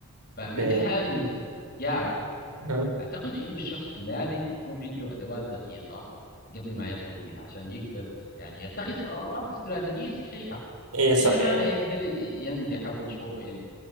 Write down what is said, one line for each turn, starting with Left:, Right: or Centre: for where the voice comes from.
Left: فمثل
Right: اوكي
Left: هذه ال- التجارة
Right: مهم.
Left: أعتقد إنه الشخص لازم يكون عنده أدوات دقيقة قبل ما يدخل فيها عشان يقدر يعني يتخذ قرارات استراتيجية صحيحة
Right: اي
Left: وإلا
Right: صح
Left: ما
Right: يعني
Left: هيقدر ينجح أو مشروعه ينجح